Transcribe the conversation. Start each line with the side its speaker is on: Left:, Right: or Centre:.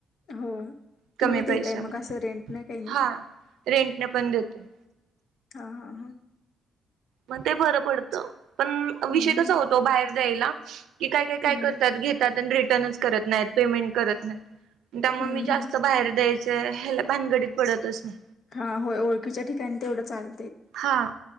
Left: हो
Right: कमी
Left: तुम्ही दताय
Right: पैशामध्ये
Left: मग असं रेंट नाही काही नाही
Right: हा रेंटने पण देते
Left: हा हा हा
Right: मग ते बरं पडतं पण
Left: हम्म
Right: विषय कसा
Left: हम्म
Right: होतो बाहेर दयला कि काय काय काय
Left: हम्म
Right: करतात घेतात आणि रिटर्नच करत नाहीत पेमेंट करत नाहीत त्या मग
Left: हम्म
Right: मी जास्त
Left: हम्म
Right: बाहेर द्यायचंय ह्याला भानगडीत पडतच नाही
Left: हा होय ओळखीच्या ठिकाणी तेवढं चाल
Right: हा